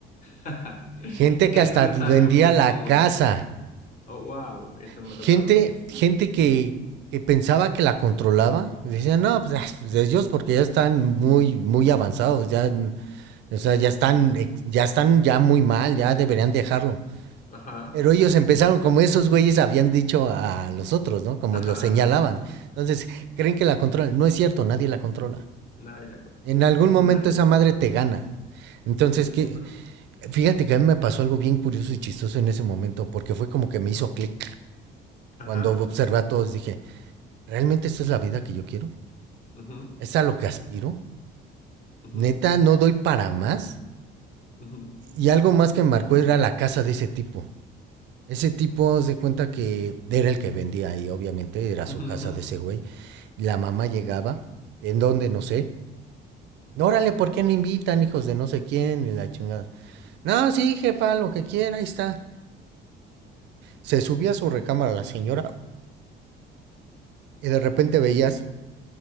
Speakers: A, on the left (about 40°); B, on the right (about 60°).
A: <laughs>
B: Gente que
A: Eso
B: hasta
A: es
B: vendía
A: algo muy
B: la
A: común.
B: casa.
A: Oh, wow, eso no
B: Gente,
A: me ha tocado.
B: gente que, que pensaba que la controlaba. Decían, no, pues ah, de ellos porque ya están muy, muy avanzados, ya O sea, ya están, ex- ya están ya muy mal, ya deberían dejarlo.
A: Ajá,
B: Pero ellos empezaron, como esos güeyes habían dicho a los otros, ¿no? Como
A: ajá,
B: los señalaban.
A: ajá.
B: Entonces, creen que la controlan. No es cierto, nadie la controla.
A: Nadie la cosa.
B: En algún
A: Nadie.
B: momento esa madre te gana. Entonces,
A: Sí,
B: qué
A: siempre.
B: fíjate que a mí me pasó algo bien curioso y chistoso en ese momento, porque fue como que me hizo clic.
A: Ajá.
B: Cuando observé a todos, dije, ¿realmente esta es la vida que yo quiero?
A: ujú,
B: ¿Es a lo que aspiro?
A: ujú,
B: Neta, no doy para más.
A: ujú.
B: Y algo más que me marcó
A: <clears throat>
B: era la casa de ese tipo. Ese tipo se cuenta que era el que vendía ahí, obviamente, era su
A: Ujú,
B: casa
A: ujú,
B: de ese güey. Y la mamá llegaba, ¿en dónde? No sé. Órale, ¿por qué no invitan, hijos de no sé quién? Y la chingada. No, sí, jefa, lo que quiera, ahí está. Se subía a su recámara la señora y de repente veías